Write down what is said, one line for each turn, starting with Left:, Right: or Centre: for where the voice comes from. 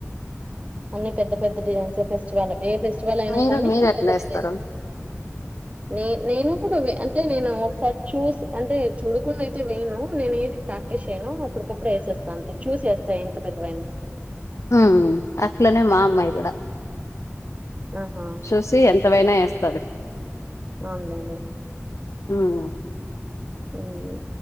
Right: అన్ని పెద్ద పెద్ద డిజైన్స్ ఫెస్టివల్ ఏ ఫెస్టివల్ అయినా
Left: మీరు
Right: కానీ
Left: మీరు ఎట్లా
Right: పెద్ద
Left: ఏస్తారు
Right: డిజైన్ నే నేను కూడా అంటే నేను ఒకసారి చూసి అంటే చూడకుండా అయితే వెయ్యను నేను ఏది ప్రాక్టీస్ చేయను అప్పుటికప్పుడు ఎసేస్తా అంతే చూసి ఎస్తాను ఎంత పెద్దవైనా
Left: ఆ అట్లనే మా అమ్మయి గూడా
Right: అహా
Left: చూసి ఎంతవైనా ఎస్తాది
Right: అవునలేండి
Left: ఉహు
Right: ఉం